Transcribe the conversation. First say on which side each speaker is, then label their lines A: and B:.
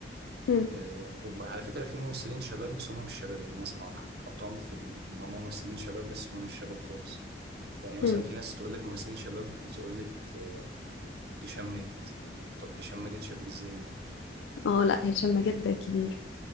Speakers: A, on the left (about 85°); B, on the right (about 60°).
A: مم.
B: آه، وعلى فكرة في ممثلين شباب بس هم مش شباب يعني ناس ح- حطاهم في ال- إن هم ممثلين شباب بس هم مش شباب خالص يعني مثلا
A: مم.
B: في ناس تقول لك ممثلين شباب بتقول لك آه، هشام ماجد طب هشام ماجد شاب إزاي يعني
A: اه لا هشام ماجد كبير